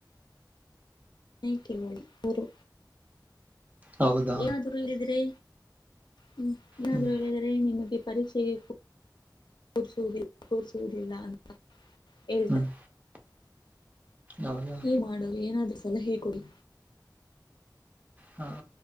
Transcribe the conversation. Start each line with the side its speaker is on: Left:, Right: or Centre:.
Left: ನೇ ಕೇವಲ ಗರು
Right: ಹೌದಾ
Left: ಏನಾದ್ರುೂ ಇಲ್ಲಿದ್ರಿ ಹ್ಮ್ ನಾಾದ್ರು
Right: ಹ್ಮ್
Left: ಹೇಳಿದಿದ್ದಾರೆ ನಿಮ್ಮತ್ತ ಈ ಪರೀಕ್ಷೆಗೆ ಕರಿಸುದ ಕೂರಿಸುವುದಿಲ್ಲ ಅಂತ ಇಲ್ದ
Right: ಹ್ಮ್ ಹೌದಾ
Left: ಏ ಮಾಡೋದು ಏನಾದ್ರುೂ ಸಲ ಹೇಳ್ಕೊಡಿ
Right: ಹ